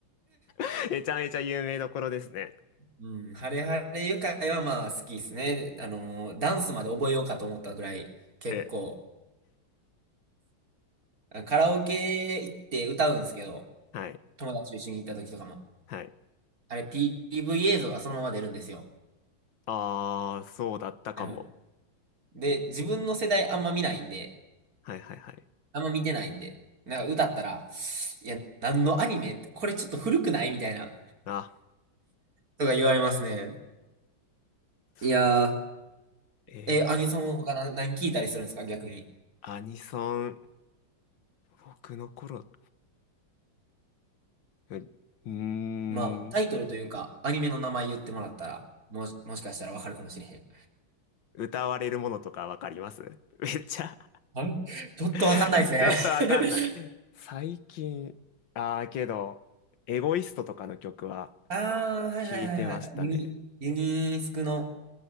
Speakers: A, on the left; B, on the right.
A: <laughs> めちゃめちゃ有名どころですね。
B: うん、ハレハレ愉快はまあ好きですね。あのー、ダンスまで覚えようかと思ったぐらい、結構、
A: え、
B: あカラオケ行って歌うんですけど、
A: はい、
B: 友達と一緒に行った時とかも。
A: はい。
B: あれ、PV 映像がそのまま出るんですよ。
A: あー、そうだったかも。
B: あの、で、自分の世代あんま見ないんで、
A: はいはいはい。
B: あんま見てないんで、なんか歌ったら、いや、何のアニメこれちょっと古くないみたいな、
A: あ、
B: とか言われますね。
A: そう。
B: いや
A: えー、
B: ー、え、アニソン他な何聞いたりするんですか逆に。
A: アニソン、僕の頃、ううーん、
B: まあ、タイトルというか、アニメの名前言ってもらったら、もし、もしかしたらわかるかもしれへん。
A: 歌われるものとかわかります <laughs> めっちゃ
B: あれちょっとわかんないですね。
A: <laughs> ちょっとわかんない。最近、ああ、けど、エゴイストとかの曲は
B: <laughs> ああ、はいはいはいはい。
A: 聞いてましたね。
B: ユニ、ユニスクの、